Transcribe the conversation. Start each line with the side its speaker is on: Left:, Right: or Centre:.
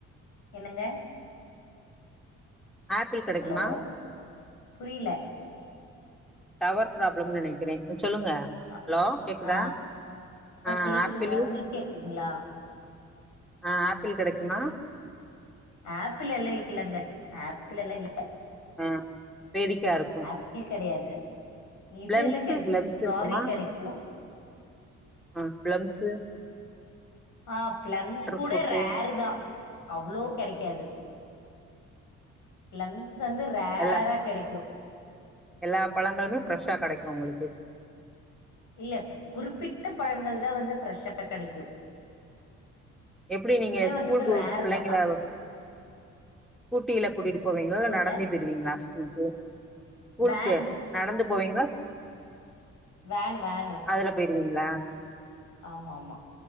Left: என்னங்க
Centre: ஆப்பிள் கெடைக்குமா
Left: ஹலோ புரியல
Centre: டவர் ப்ராப்ளம்னு நெனைக்கிறே சொல்லுங்க
Left: அ
Centre: ஹலோ கேக்குதா
Left: ஆ
Centre: ஆ
Left: கேக்குதுங்க.
Centre: ஆப்பிளு
Left: உங்களுக்கு கேக்குதுங்களா?
Centre: ஆ ஆப்பிள் கெடைக்குமா
Left: ஆப்பிள் எல்லா இல்லங்க ஆப்பிள் எல்லாம் இல்
Centre: ம் பேரிக்காருக்
Left: ஆப்பிள் கெடையாது இது
Centre: பிளம்ஸு
Left: எல்லா கெடைக்கு
Centre: பிளம்ஸ்
Left: ஸ்ட்ராபெரி
Centre: இருக்குமா
Left: கெடைக்கு
Centre: ஆ ப்ளம்ஸு
Left: ஆ பிளம்ஸ் கூட
Centre: ஃப்ரூட்டு
Left: ரேரு தா அவ்ளோ கெடைக்காது பிளம்ஸ் வந்து ரேரா
Centre: எல்லா
Left: கெடைக்கு
Centre: எல்லா பழங்களுமே ஃப்ரெஷ்ஷா கெடைக்கு உங்களுக்கு
Left: இல்ல குறிப்பிட்ட பழங்கள் தா வந்து ஃப்ரெஷ்ஷா கெடைக்கு
Centre: எப்படி நீங்க ஸ்கூல்
Left: வந்து
Centre: கூல்
Left: ரேர்
Centre: பிள்ளைங்கள
Left: தான்
Centre: வச் ஸ்கூட்டில கூட்டிகிட்டு போவீங்களா இல்ல
Left: சொல்லுங்க
Centre: நடந்தே போயிடுவீங்களா ஸ்கூலுு ஸ்கூலக்கு
Left: வேன்
Centre: நடந்து போவிங்களா
Left: வேனு வேனு
Centre: அதுல போயிருவீங்களா
Left: ஆமா ஆமா